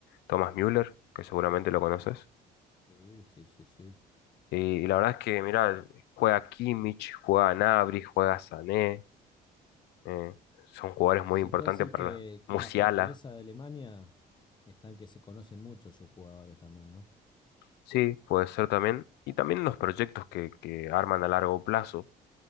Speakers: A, on the left (about 80°); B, on the left (about 25°).
A: Thomas Müller, que seguramente lo conoces.
B: Sí, sí, sí, sí.
A: Y, la verdad es que, mirá, juega Kimmich, juega Gnabry, juega Sané. eh, son jugadores muy
B: Se
A: importantes
B: puede decir
A: para
B: que,
A: Musiala.
B: que la fortaleza de Alemania está en que se conocen mucho sus jugadores también, ¿no?
A: Sí, puede ser también. Y también los proyectos que, que arman a largo plazo.